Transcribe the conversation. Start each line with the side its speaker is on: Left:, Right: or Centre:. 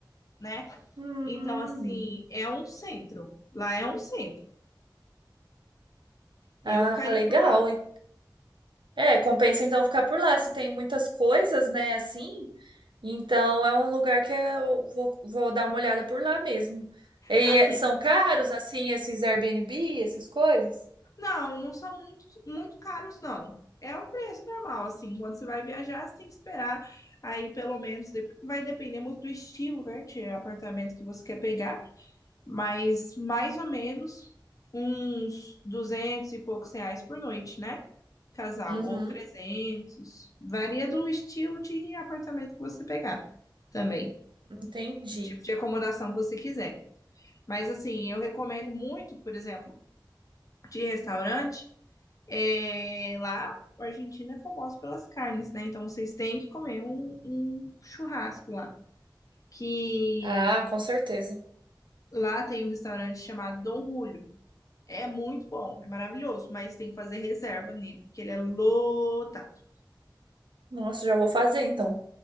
Left: né?
Right: Hum.
Left: Então assim, é um centro. Lá é um centro. Eu
Right: Ah,
Left: ficaria
Right: legal.
Left: por lá.
Right: É, compensa então ficar por lá, se tem muitas coisas, né, assim. Então é um lugar que eu vou, vou dar uma olhada por lá mesmo. E
Left: Assim,
Right: é- são caros, assim, esses Airbnb, essas coisas?
Left: Não, não são muito, muito caros, não. É o preço normal, assim. Quando você vai viajar, você tem que esperar. Aí, pelo menos, dep- vai depender muito do estilo, né? De apartamento que você quer pegar. Mas, mais ou menos, uns 200 e poucos reais por noite, né? Casal.
Right: Uhum,
Left: Ou 300. Varia do estilo de apartamento que você pegar também.
Right: entendi.
Left: O tipo de acomodação que você quiser. Mas, assim, eu recomendo muito, por exemplo, de restaurante. É, lá, a Argentina é famosa pelas carnes, né? Então vocês têm que comer um, um churrasco lá. Que
Right: Ah, com certeza.
Left: lá tem um restaurante chamado Dom Julio. É muito bom, é maravilhoso, mas tem que fazer reserva nele, porque ele é lotado.
Right: Nossa, já vou fazer então.